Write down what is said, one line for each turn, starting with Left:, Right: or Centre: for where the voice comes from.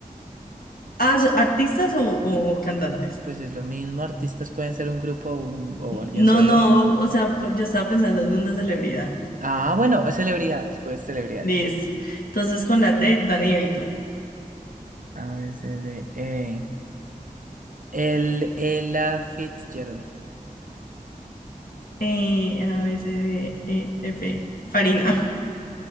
Left: ah, ¿so- ¿artistas o, o cantantes?
Right: Pues es lo mismo, artistas pueden ser un grupo o, un- o alguien
Left: No,
Right: solo.
Left: no, o sea, p- yo estaba pensando en una celebridad.
Right: Ah, bueno, celebridades, pues celebridades.
Left: Listo. Entonces con la D, Dani Evito.
Right: A, B, C, D, E. El, Ella Fitzgerald.
Left: Eh, A, B, C, D, E, F. Farina.